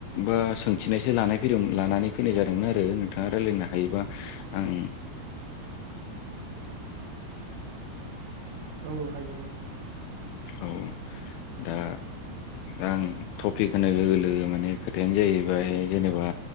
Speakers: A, on the left; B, on the right.
A: बा सोंथिनायसो लानाय फैदों लानानै फैनाय जादोंमोन। आरो नोंथाङा रायलायनो हायोबा आं
B: औ हायो हायो।
A: औ दा आं टपिक होनाय लोगो लोगो माने खोथायानो जाहैबाय जेनेबा